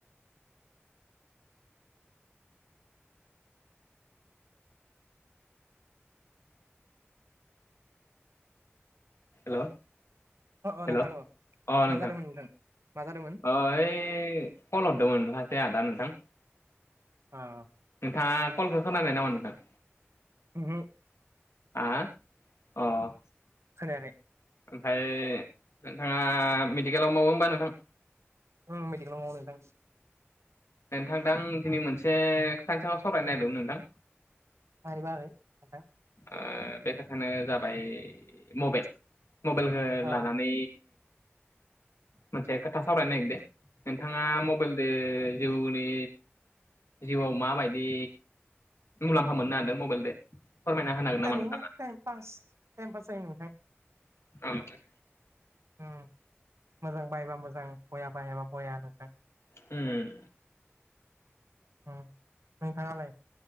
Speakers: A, on the left; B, on the right.
A: हेल'।
B: अ अ
A: हेल'
B: नोंथां
A: अ नोथां
B: मा जादोंमोन नोंथां मा जादोंमोन
A: अ ओइ। खल हरदोंमोन खासे आदा नोंथां।
B: अ
A: नोंथाङा कलखौ खोनानाय नामा नोंथां?
B: उमहु
A: आ अ।
B: खोनायाखै।
A: ओमफाय नोंथाङा मेडिकेलाव मावो होमबा नोंथां।
B: उम मेडिकेलाव मावो नोंथां
A: नोंथांदो आं धिनै मोनसे खोथानि सायाव सावरायनो नागिरदोंमोन नोंथां।
B: मारै बाहागोनि नोंथां।
A: ओ बे खोथायानो जाबाय मबेल मबेलखो
B: अ
A: लानानै मोनसे खोथा सावरायनो नागिरदों। नोंथाङा
B: उम
A: मबेलदो जिउनि जिउआव माबायदि मुलाम्फा मोननो हादों मबेलदो फोरमायना होनो हागोन नामा
B: ओरैनो
A: नोंथाङा?
B: ताइम पास ताइम पास जायो नोंथां।
A: औ नोंथां।
B: उम मोजां बाहायबा मोजां बया बाहायाबा बया नोंथां।
A: उम।
B: उम नोंथाङालाय